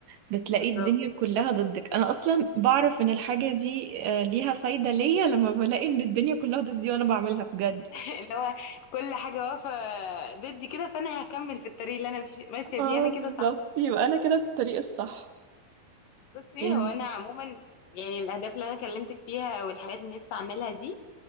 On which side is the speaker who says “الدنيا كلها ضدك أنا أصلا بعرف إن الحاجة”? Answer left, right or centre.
Right